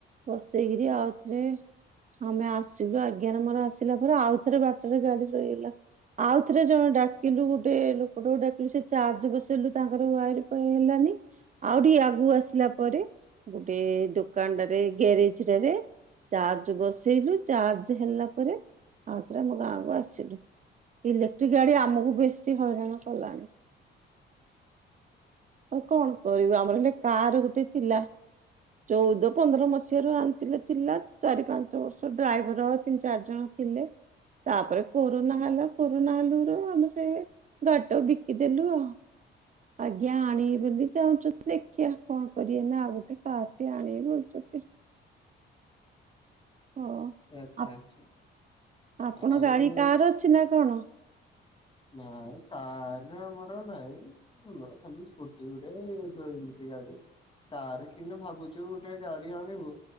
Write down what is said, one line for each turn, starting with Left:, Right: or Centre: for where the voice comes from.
Right: ବସେଇକିରି ଆଉଥରେ ଆମେ ଆସିଲୁ ଆଜ୍ଞାରେ ମୋର ଆସିଲା ପରେ ଆଉଥରେ ବାଟରେ ଗାଡି ରହିଗଲା। ଆଉ ଥରେ ଜଣେ ଡାକିଲୁ ଗୋଟେ ଲୋକଟାକୁ ଡାକିଲୁ ସେ ଚାର୍ଜ ବସେଇଲୁ ତାଙ୍କର ୱାଇରୀ ଫାଇରେ ହେଲାନି। ଆଉ ଟିକେ ଆଗୁ ଆସିଲା ପରେ ଗୋଟେ ଦୋକାନଟାରେ ଗ୍ୟାରେଜଟାରେ ଚାର୍ଜ ବସେଇଲୁ ଚାର୍ଜ ହେଲା ପରେ ଆଉଥରେ ଆମ ଗାଁକୁ ଆସିଲୁ। ଇଲେକ୍ଟ୍ରି ଗାଡି ଆମକୁ ବେଶି ହଇରାଣ କଲାଣି।
Left: <inaudible>
Right: ଆଉ କଣ କରିବୁ ଆମର ହେଲେ କାର ଗୋଟେ ଥିଲା। ଚୋଉଦ ପନ୍ଦର ମସିହାରୁ ଆଣିଥିଲେ ଥିଲା। ଚାରି ପାଞ୍ଚ ବର୍ଷ ଡ୍ରାଇଭର ତିନି ଚାରି ଜଣ ଥିଲେ ତାପରେ କୋରୋନା ହେଲା। କୋରୋନା ହେଲୁରେ ଆମେ ସେ ଗାଡିଟାକୁ ବିକି ଦେଲୁ ଆଉ। ଆଜ୍ଞା ଆଣିବି ବୋଲି ଚାହୁଁଛନ୍ତି ଦେଖିବା କଣ କରିବେ। ନା ଆଉ ଗୋଟେ କାର୍ ଟି ଆଣିବେ କଉଛନ୍ତି। ହଁ।
Left: ଆଚ୍ଛା
Right: ଆପ
Left: ଆଚ୍ଛା।
Right: ଆପଣ
Left: ଆଉ
Right: ଗାଡି କାର ଅଛି ନା କଣ?
Left: ନାଇଁ କାର୍ ରେ ଆମର ନାଇଁ। ଆମର ଖାଲି ସ୍କୁଟି ଗୋଟେ ଯୋଉ ଇଲେକ୍ଟ୍ରି ଗାଡି। ତାର କିନ୍ତୁ ଭାବୁଛୁ ଗୋଟେ ଗାଡି ଆଣିବୁ।